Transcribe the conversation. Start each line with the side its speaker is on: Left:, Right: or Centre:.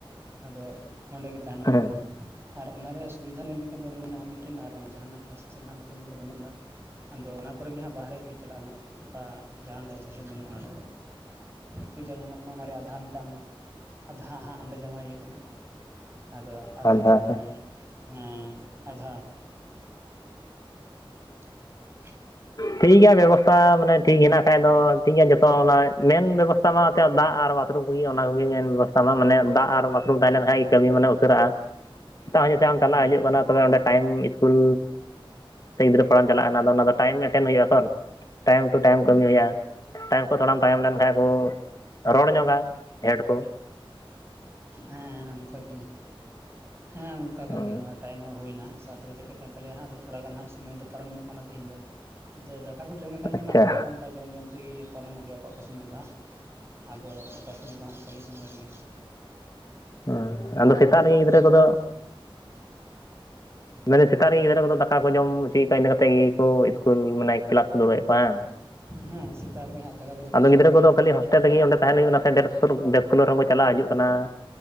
Right: ᱟᱫᱚ ᱚᱸᱰᱮᱜᱮ ᱛᱟᱦᱮᱸᱱ ᱚᱜ
Left: ᱦᱮᱸ
Right: ᱦᱩᱭᱩᱜ ᱠᱟᱱᱟ, ᱟᱨ ᱚᱱᱟ ᱨᱮᱭᱟᱜ ᱥᱩᱵᱤᱫᱷᱟ ᱧᱮᱞ ᱞᱮᱠᱷᱟᱱᱡ ᱫᱚ ᱨᱩᱢ ᱢᱮᱱᱟᱜᱼᱟ ᱢᱤᱫᱴᱮᱱ ᱟᱨ ᱡᱟᱦᱟᱱᱟᱜ ᱮᱥᱯᱮᱥᱟᱞ ᱦᱟᱜ ᱨᱩᱢ ᱠᱚᱫᱚ ᱵᱟᱹᱱᱩᱜ ᱠᱟᱫᱟ, ᱟᱫᱚ ᱚᱱᱟ ᱠᱚᱨᱮᱜ ᱜᱤ ᱦᱟᱸᱜ ᱵᱟᱦᱨᱮ ᱥᱮᱫ ᱜᱮ ᱪᱟᱞᱟᱜᱼᱟ ᱦᱟᱸᱜ ᱚᱝᱠᱟ ᱡᱟᱦᱱᱟᱜ ᱮᱥᱯᱮᱥᱟᱞ ᱵᱟᱹᱱᱩᱜᱼᱟ ᱚᱸᱰᱮ ᱯᱩᱭᱥᱟ ᱧᱟᱢᱚᱜ ᱠᱟᱱᱟ ᱚᱱᱟ ᱨᱮ ᱟᱫᱷᱟ ᱢᱮᱛᱟᱜ ᱢᱮ᱾ ᱟᱫᱷᱟ ᱦᱟᱸᱜ ᱚᱸᱰᱮ ᱡᱚᱢᱟᱭ ᱦᱩᱭᱩᱜ ᱠᱟᱱᱟ, ᱟᱫᱚ ᱟᱫᱷᱟ
Left: ᱦᱮᱸ
Right: ᱫᱚ
Left: ᱦᱮᱸ
Right: ᱦᱟᱸᱜ ᱱᱚᱜᱼᱚᱭ ᱦᱮᱸ ᱟᱫᱷᱟ <unintelligible>
Left: ᱴᱷᱤᱠ ᱜᱮᱭᱟ ᱵᱮᱵᱚᱥᱛᱟ ᱢᱟᱱᱮ ᱴᱷᱤᱠ ᱦᱮᱸᱱᱟᱜ ᱠᱷᱟᱡ ᱫᱚ ᱴᱷᱤᱠ ᱜᱮᱭᱟ ᱡᱚᱛᱚ ᱱᱚᱜᱚᱭ ᱢᱮᱱ ᱵᱮᱵᱚᱥᱛᱟ ᱢᱟ ᱫᱟᱜ ᱟᱨ ᱵᱟᱛᱷᱨᱩᱢ ᱠᱚᱜᱤ ᱚᱱᱟ ᱠᱚᱜᱤ ᱢᱮᱱ ᱵᱷᱚᱨᱥᱟ ᱢᱟ ᱢᱟᱱᱮ ᱫᱟᱜ ᱟᱨ ᱵᱟᱛᱨᱩᱢ ᱛᱟᱦᱮ ᱞᱮᱱᱠᱷᱟᱱ ᱠᱟᱹᱢᱤ ᱢᱟᱱᱮ ᱩᱥᱟᱹᱨᱟᱜᱼᱟ᱾
Right: <unintelligible>
Left: ᱥᱮᱛᱟᱜ ᱟᱭᱩᱵ ᱥᱮᱢ
Right: ᱦᱮᱸ
Left: ᱪᱟᱞᱟᱜ ᱦᱤᱡᱩᱜ ᱠᱟᱱᱟ ᱛᱚᱵᱮ ᱚᱸᱰᱮ ᱴᱟᱭᱤᱢ ᱤᱥᱠᱩᱞ ᱛᱮ ᱜᱤᱫᱽᱨᱟᱹ ᱯᱟᱲᱦᱟᱢ ᱪᱟᱞᱟᱜ ᱠᱟᱱᱟ ᱚᱱᱟ ᱫᱚ ᱴᱟᱭᱤᱢ ᱢᱮᱴᱮᱱ ᱦᱩᱭᱩᱜᱼᱟ ᱛᱚ, ᱴᱟᱭᱤᱢ ᱴᱩ ᱴᱟᱭᱤᱢ ᱠᱟᱹᱢᱤ ᱦᱩᱭᱩᱜᱼᱟ, ᱴᱟᱭᱤᱢ ᱠᱷᱚ ᱛᱷᱚᱲᱟᱢ ᱛᱟᱭᱚᱢ ᱞᱮᱱᱠᱷᱟᱡ ᱠᱚ ᱨᱚᱲ ᱧᱚᱜᱟ ᱦᱮᱰ ᱠᱩ᱾
Right: ᱦᱮᱸ ᱚᱝᱠᱟ ᱜᱤ ᱦᱮᱸ ᱚᱝᱠᱟ
Left: ᱦᱮᱸ
Right: ᱠᱟᱱ ᱜᱮᱭᱟ ᱱᱚᱜᱼᱚᱭ ᱴᱟᱭᱤᱢ ᱦᱚᱸ ᱦᱩᱭᱱᱟ ᱥᱟᱛ ᱴᱟ ᱵᱟᱡᱮ ᱠᱷᱚᱱ ᱠᱟᱱ ᱛᱟᱞᱮᱭᱟ ᱟᱫᱚ ᱛᱷᱚᱲᱟ ᱜᱟᱱ ᱦᱟᱸᱜ ᱥᱚᱢᱚᱭ ᱫᱚ ᱯᱟᱨᱚᱢ ᱧᱚᱜ ᱛᱤᱦᱤᱧ ᱫᱚ᱾ ᱟᱫᱚ ᱫᱟᱠᱟ ᱠᱚ ᱡᱚᱢᱮᱜ ᱠᱟᱱ ᱛᱟᱦᱮᱸᱱᱟ
Left: ᱟᱪᱪᱷᱟ
Right: ᱛᱷᱚᱲᱟ ᱜᱟᱱ ᱚᱝᱠᱟ ᱡᱚᱢ ᱡᱚᱢ ᱛᱮᱜᱤ ᱯᱟᱨᱚ ᱢᱚᱜ ᱜᱮᱭᱟ ᱠᱚ ᱚᱠᱟ ᱥᱚᱢᱚᱭ ᱫᱚ ᱦᱟᱸᱜ ᱟᱫᱚ ᱚᱠᱟ ᱥᱚᱢᱚᱭ ᱫᱚ ᱦᱟᱸᱜ ᱥᱟᱹᱦᱤ ᱥᱚᱢᱚᱭ ᱨᱮ ᱜᱮ
Left: ᱚ ᱟᱫᱚ ᱥᱮᱛᱟᱜ ᱨᱮᱜᱮ
Right: ᱫᱤᱠᱠᱟᱹᱛ
Left: ᱜᱤᱫᱽᱨᱟᱹ
Right: ᱫᱚ
Left: ᱠᱚᱫᱚ
Right: ᱵᱟᱹᱱᱩᱜ
Left: ᱢᱮᱱᱮ ᱥᱮᱛᱟᱜ ᱨᱮ ᱜᱮ ᱜᱤᱫᱽᱨᱟᱹ ᱠᱚᱫᱚ ᱫᱟ ᱠᱟ ᱠᱚ ᱡᱚᱢ ᱚᱪᱚᱭᱮᱜ ᱠᱚᱣᱟ ᱤᱱᱟᱹ ᱠᱟᱛᱮᱫ ᱜᱮ ᱠᱚ ᱤᱥᱠᱩᱞ ᱢᱟᱱᱮ ᱠᱮᱞᱟᱥ ᱠᱚ ᱫᱩᱲᱩᱵ ᱮᱫ ᱠᱚᱣᱟ ᱵᱟᱝ?
Right: ᱦᱮᱸ ᱥᱮᱛᱟᱜ ᱨᱮᱜᱮ ᱦᱟᱸᱜ ᱫᱟᱠᱟ ᱠᱚᱫᱚ ᱠᱚ
Left: ᱟᱫᱚ
Right: ᱡᱚᱢ
Left: ᱜᱤᱫᱽᱨᱟᱹ ᱠᱚᱫᱚ
Right: ᱦᱚᱪᱚ
Left: ᱠᱷᱟᱹᱞᱤ ᱦᱳᱥᱴᱮᱞ
Right: ᱠᱚᱣᱟ
Left: ᱨᱮᱜᱮ ᱚᱸᱰᱮ ᱛᱟᱦᱮᱸᱱ ᱦᱳᱭᱳᱜ ᱠᱟᱱᱟ ᱥᱮ ᱰᱮᱥ ᱥᱩᱨ ᱰᱮᱥ ᱤᱥᱠᱩᱞᱳᱜ ᱨᱮ ᱦᱚᱸᱠᱚ ᱪᱟᱞᱟᱣ ᱦᱤᱡᱩᱜ ᱠᱟᱱᱟ᱾